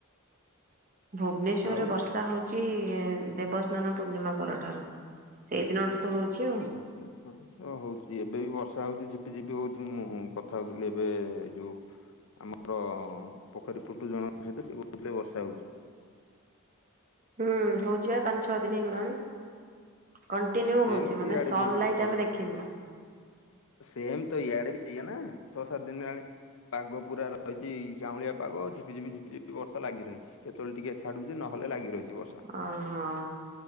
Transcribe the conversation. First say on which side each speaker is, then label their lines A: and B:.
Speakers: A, on the right; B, on the left.
A: ଭୁବନେଶ୍ଵରରେ
B: ଆଉ
A: ବର୍ଷା ହଉଛି। ଦେବସ୍ନାନ ପୂର୍ଣ୍ଣିମା ପରଠାରୁ ସେଇଦିନଠୁ ତ ହଉଛି। ଆଉ
B: <unintelligible> ହଉଛି ଏବେ ବି ବର୍ଷା ହଉଛି ଝିପି ଝିପି ହଉଛି ମୁଁ କଥା ହଉଥିଲି ଏବେ ଏଇ ଯୋଉ ଆମର ପୋଖରୀ ପଟରୁ ଜଣ ସତ ସେବୁ ବର୍ଷା ହଉଛି।
A: ହୁଁ ହଉଛି ଏ ପାଞ୍ଚ ଛଅ ଦିନ ହେଇଗଲାଣି। କଣ୍ଟିନ୍ୟୁ
B: ସେମ
A: ହଉଛି ମାନେ
B: ଇଆଡେ
A: ସନଲାଇଟ
B: ବି ସିଚୁଏସନ
A: ଆମେ ଦେଖିନୁ।
B: ସେମ ତ ଇଆଡେ ବି ସେଇଆ ନା ଛଅ ସାତ ଦିନେ ହେଲାନି। ପାଗ ପୁରା ରହିଛି ଗାଉଁଳିଆ ପାଗ ଝିପିଝିପ ଝିପିଝି ବର୍ଷା ଲାଗି ରହିଛି। କେତେବେଳେ ଟିକେ ଛାଡୁଛି ନହଲେ ଲାଗି ରହିଛି ବ।
A: ଓହୋ